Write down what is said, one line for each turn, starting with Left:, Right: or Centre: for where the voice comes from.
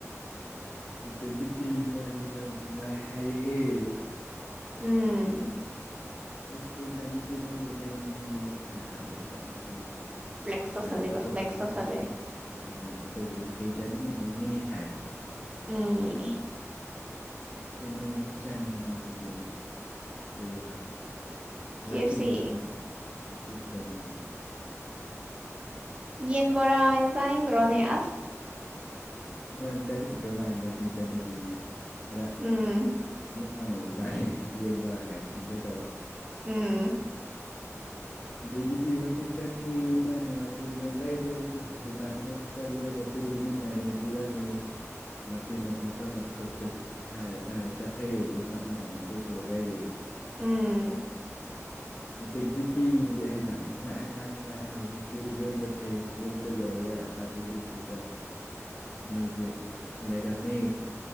Left: ꯑꯗꯒꯤꯗꯤ ꯃꯥꯖꯤꯅ ꯑꯗꯨꯃꯥꯢ ꯍꯥꯏꯔꯛꯑꯦ
Right: ꯎꯝ
Left: ꯑꯦ ꯀꯩ ꯆꯥꯅꯤꯡꯒꯦ ꯅꯪꯕꯨ ꯀꯩꯅꯩꯅꯣꯅꯦꯅ ꯍꯥꯏꯕ ꯆꯥꯠꯅꯤ ꯑꯩꯅ
Right: ꯐ꯭ꯂꯦꯛꯁ ꯇꯧꯁꯜꯂꯦꯕ
Left: ꯉꯥꯟꯕ ꯀꯧꯕꯗꯨꯅ
Right: ꯐ꯭ꯂꯦꯛꯁ ꯇꯧꯁꯜꯂꯦ
Left: ꯉꯥꯟꯕ ꯀꯧꯕꯗꯨꯅ ꯀꯩ ꯆꯥꯅꯤꯡꯉꯤꯅꯣꯅꯦ ꯍꯥꯏꯗꯤ
Right: ꯎꯝ
Left: ꯀꯩꯅꯣꯝ ꯆꯥꯅꯤꯡꯉꯤꯁꯤꯅꯦꯕ ꯀꯩꯕ ꯋꯥꯇꯤꯟꯖꯅꯤꯡꯉ
Right: ꯀꯦ ꯑꯦꯐ ꯁꯤ
Left: ꯋꯥꯇꯤꯟꯖꯅꯤꯡꯉꯤ
Right: ꯌꯦꯟꯕꯣꯔꯥꯩꯅ ꯆꯥꯅꯤꯡꯕ꯭ꯔꯣ ꯅꯌꯥꯁ
Left: ꯑꯗꯨꯃꯥꯏꯅ ꯆꯥꯅꯤꯡꯗ꯭ꯔ ꯃꯥꯜꯂ ꯃꯇꯤꯟ ꯆꯥꯅꯤꯡꯉꯤ ꯈꯔ
Right: ꯎꯝ
Left: ꯑꯥꯡꯣꯏꯕꯖꯥꯠꯥꯁꯦ ꯌꯦꯡꯕꯣꯔꯥ ꯀꯥꯏꯗꯣ ꯈꯪꯖꯗꯕ
Right: ꯎꯝ
Left: ꯑꯗꯒꯤꯗꯤ ꯋꯥꯇꯤꯟ ꯆꯥꯅꯤ ꯑꯃꯅ ꯋꯥꯇꯤꯟꯗ ꯂꯩꯔꯦ ꯗꯨꯀꯥꯟꯗ ꯆꯠꯂꯦꯕꯇ ꯂꯩꯃꯤꯟꯅꯔꯦ ꯄꯤꯔꯃꯦ ꯃꯇꯤꯟꯗ ꯃꯀꯛ ꯃꯀꯛꯇ ꯁꯔ ꯁꯔ ꯆꯠꯈ꯭ꯔꯦ ꯃꯅꯥꯞ ꯃꯅꯥ ꯏ ꯆꯨ ꯆꯨꯈꯩ
Right: ꯎꯝ
Left: <unintelligible> ꯑꯗꯒꯤꯗꯤ ꯑꯩꯅ ꯑꯃꯨꯛ ꯂꯥꯛꯑꯦ ꯂꯥꯛꯑꯦ ꯂꯥꯛꯑꯦ ꯍꯧꯖꯤꯛꯀꯤ ꯌꯨꯝꯗ ꯊ ꯌꯨꯝꯗ ꯌꯧꯔꯦ ꯍꯥꯏꯀꯥꯟꯗ ꯌꯨꯝꯗꯨꯗ ꯃꯣꯏꯁꯦ ꯂꯩꯔꯝꯃꯦ